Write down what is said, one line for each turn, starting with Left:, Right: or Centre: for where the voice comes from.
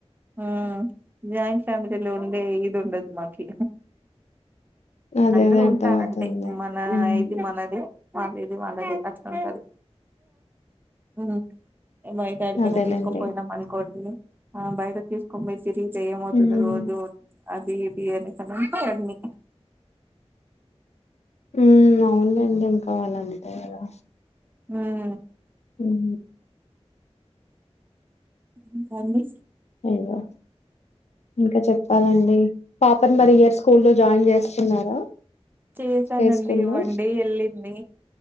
Right: ఆ జాయింట్ ఫామలీలో ఉండే ఇదుండది మాకి
Left: అదే
Right: అందరూ
Left: అదే అర్థమవుతుంది.
Right: ఉంటారంటే మన
Left: హ్మ్.
Right: ఇది మనదే వాళ్ళే ఇది వాళ్ళది అట్లుంటారు హ్మ్ <unintelligible> యాడికైనా
Left: అదేలేండి
Right: తీసుకొని పోయినాం అనుకోండి ఆ బయట తీసుకొని పోయి తిరిగి అంటే ఏమవుతుంది
Left: ఉమ్
Right: రోజు అది ఇది అనేకనింటే అన్నీ
Left: ఉ
Right: ఉమ్
Left: అవునండి ఏం కావాలంటే కదా
Right: హ్మ్
Left: హ్మ్
Right: ఇంక అండి
Left: ఇంగా ఇంకా చెప్పాలండి పాపని మరి ఈ ఇయర్ స్కూల్ లో జాయిన్ చేస్తున్నారా
Right: చేసానండి
Left: ప్లే స్కూల్లో
Right: వన్డే వెళ్ళింది